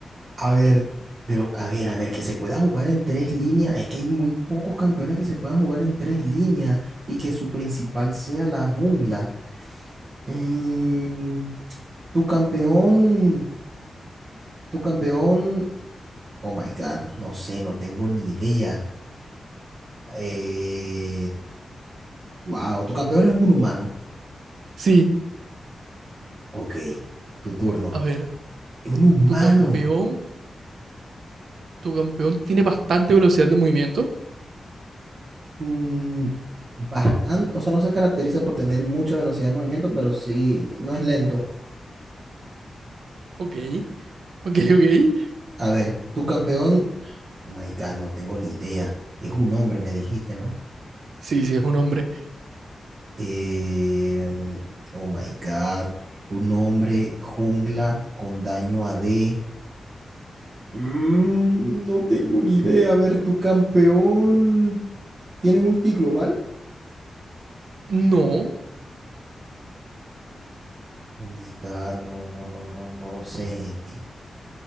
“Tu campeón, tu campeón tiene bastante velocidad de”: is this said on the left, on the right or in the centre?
Right